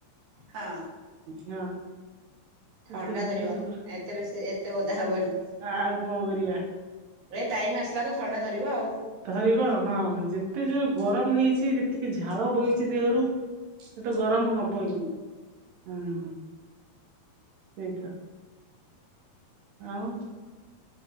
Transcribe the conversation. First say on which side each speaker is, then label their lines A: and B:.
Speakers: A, on the right; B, on the right.
A: ହଁ।
B: ହଁ।
A: ଥଣ୍ଡା
B: ଏଠି ତ ଝୁପୁର
A: ଧରିବ
B: ଝୁପୁର
A: ଏତେ ବେଶୀ ଏତେ ଓଦା ହବନି।
B: ଆଉ କଣ କରିବା
A: ଏ ଟାଇମ୍ ଆସିଲାତ ଥଣ୍ଡା ଧରିବ ଆଉ।
B: ଧରିବ ହଁ ଯେତେ ଯୋଉ ଗରମ ହେଇଚି ଯେତିକି ଝାଳ ବୋହିଚି ଦେହରୁ ଏ ତ ଗରମ ହବ
A: ହୁଁ
B: ହିଁ ଉ ହଁ ସେଇଟା। ଆଉ